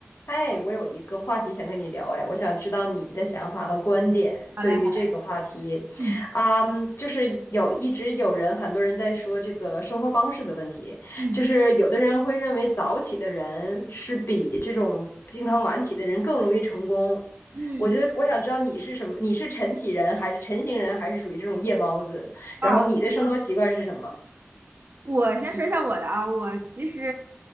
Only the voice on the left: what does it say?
哎，我有一个话题想跟你聊，哎，我想知道你的想法和观点对于这个话题，
啊、就是有一直有人，很多人在说这个生活方式的问题，
就是有的人会认为早起的人是比这种经常晚起的人更容易成功，
我觉得我想知道你是什么，你是晨起人还是晨型人，还是属于这种夜猫子？
然后你的生活习惯是什么？